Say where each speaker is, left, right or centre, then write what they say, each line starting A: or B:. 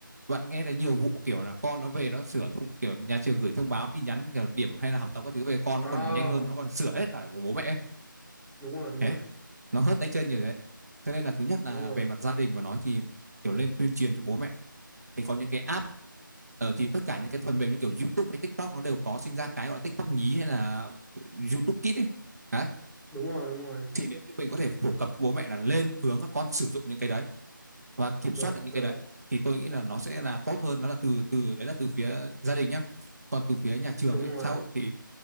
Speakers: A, on the right (about 50°); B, in the centre.
A: bạn nghe thấy nhiều vụ kiểu là con nó về nó sửa thông, kiểu nhà trường gửi thông báo tin nhắn kiểu điểm hay là học tập các thứ về con nó
B: Oh,
A: còn nhanh hơn nó còn sửa hết cả của bố mẹ ấy.
B: đúng rồi, đúng
A: đấy
B: rồi.
A: nó hớt tay chân nhiều đấy cho nên là thứ nhất là
B: Đúng rồi.
A: về mặt gia đình mà nói thì kiểu lên tuyên truyền cho bố mẹ thì có những cái app ờ, thì tất cả những cái phần mềm như kiểu YouTube hay TikTok nó đều có sinh ra cái gọi là TikTok nhí hay là YouTube Kids ấy đấy
B: Đúng rồi, đúng rồi.
A: thì nếu như mình có thể phổ cập bố mẹ là lên hướng các con sử dụng những cái đấy và kiểm
B: Được,
A: soát được những
B: được.
A: cái đấy thì tôi nghĩ là nó sẽ là tốt hơn đó là từ từ đấy là từ phía gia đình nhá còn từ phía nhà trường
B: Đúng
A: ấy
B: rồi.
A: xã hội thì